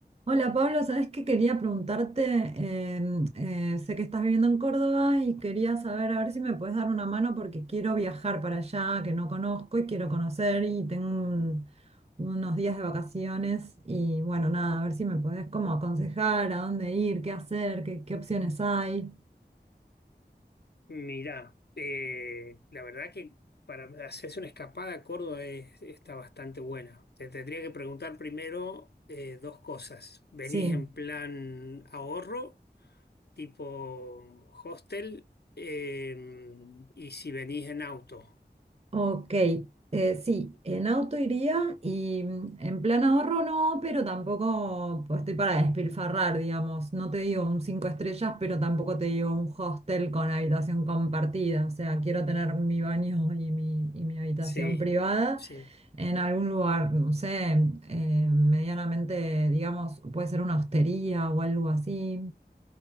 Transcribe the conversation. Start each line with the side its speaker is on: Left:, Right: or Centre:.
Right: Hola Pablo, sabes que quería preguntarte, em, eh, sé que estás viviendo en Córdoba y quería saber a ver si me puedes dar una mano porque quiero viajar para allá, que no conozco y quiero conocer y tengo un- unos días de vacaciones y bueno, nada, a ver si me podés como aconsejar a dónde ir, qué hacer, qué, qué opciones hay.
Left: Mirá, eh, la verdad que para hacerse una escapada a Córdoba es- está bastante buena. Te tendría que preguntar primero eh, dos cosas. ¿Venís
Right: Sí.
Left: en plan ahorro, tipo hostel? Eh, y si venís en auto.
Right: Ok, eh, sí, en auto iría y mm, en plan ahorro no, pero tampoco pues, estoy para despilfarrar, digamos. No te digo un cinco estrellas, pero tampoco te digo un hostel con habitación compartida. O sea, quiero tener mi baño y mi, y mi habitación
Left: Sí,
Right: privada
Left: sí.
Right: en algún lugar, no sé, eh, medianamente, digamos, puede ser una hostería o algo así.